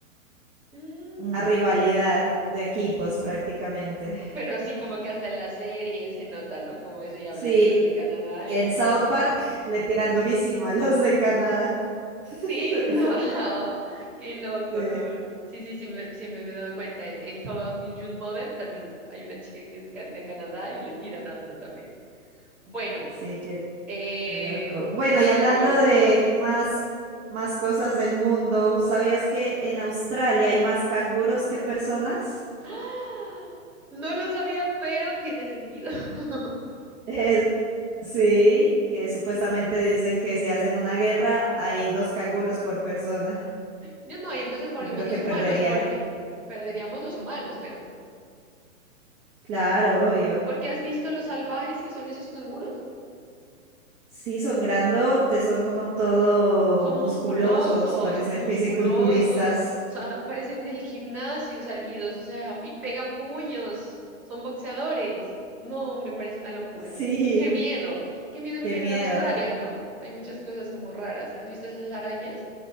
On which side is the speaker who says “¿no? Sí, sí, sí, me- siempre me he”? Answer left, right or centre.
Centre